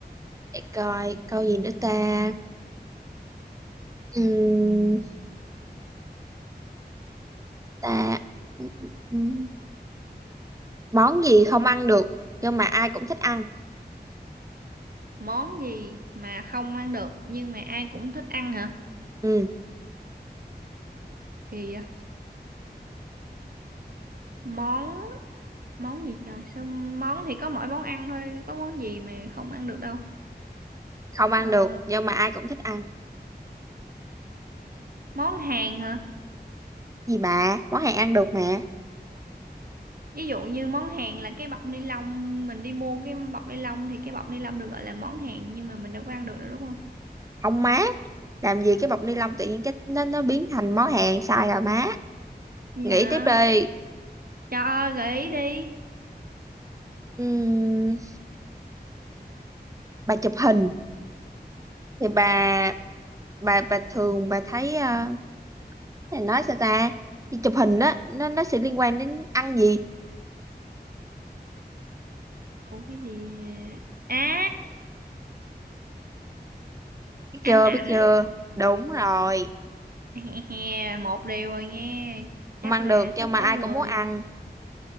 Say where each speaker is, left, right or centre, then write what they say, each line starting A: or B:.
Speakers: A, on the right (about 20°); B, on the right (about 60°).
A: Để coi câu gì nữa ta Ừm, ta Ừm, món gì không ăn được nhưng mà ai cũng thích ăn
B: món gì mà không ăn được nhưng mà ai cũng thích ăn hả
A: Ừm,
B: kỳ vậy món món gì trời sao món thì có mỗi món ăn thôi có món gì mà không ăn được đâu
A: không ăn
B: Ờ,
A: được nhưng mà ai cũng thích ăn
B: món Hàn hả
A: gì bà món hàng ăn được mà
B: ví dụ như món hàng là cái bọc ni lông mình đi mua cái bọc ni lông thì cái bọc ni lông được gọi là món hàng nhưng mà mình đâu có ăn được đâu đúng không
A: không má làm gì cái bọc ni lông tự nhiên cái nó nó biến thành món hàng sai rồi má
B: dạ
A: nghĩ tiếp đi
B: cho gợi ý đi
A: Ừm, bà chụp hình thì bà bà bà thường bà thấy ờ, này nói sao ta đi chụp hình đó nó nó sẽ liên quan đến ăn gì
B: ủa cái gì à
A: biết
B: ăn
A: chưa
B: ảnh
A: biết chưa đúng rồi
B: <laughs> một điều rồi nha chắc
A: không ăn
B: là
A: được nhưng
B: sắp
A: mà
B: có
A: ai
B: người
A: cũng muốn ăn